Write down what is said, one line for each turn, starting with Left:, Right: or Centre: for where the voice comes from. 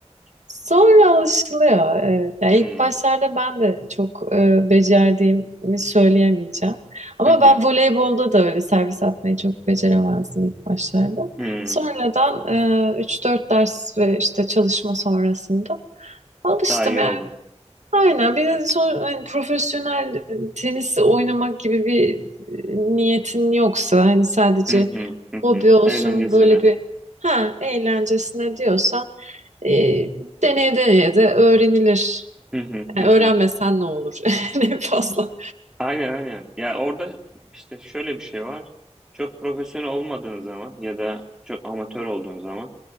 Right: Sonra alışılıyor. Evet. Yani
Centre: Hmm.
Right: ilk başlarda ben de çok e, becerdiğimi söyleyemeyeceğim. Ama
Centre: Hı hı.
Right: ben voleybolda da öyle servis atmayı çok beceremezdim ilk başlarda.
Centre: Hımm.
Right: Sonradan e, 3-4 ders ve işte çalışma sonrasında alıştım.
Centre: Daha iyi oldu.
Right: Aynen bir de son, hani profesyonel tenis oynamak gibi bir e, niyetin yoksa hani sadece
Centre: Hı hı, hı hı.
Right: hobi olsun
Centre: Eğlencesine.
Right: böyle bir ha eğlencesine diyorsan e, deneye deneye de öğrenilir.
Centre: Hı hı,
Right: Yani
Centre: hı hı.
Right: öğrenmesen ne olur <laughs> ne fazla.
Centre: Aynen, aynen. Ya, orada, işte, şöyle bir şey var. Çok profesyonel olmadığın zaman ya da çok amatör olduğun zaman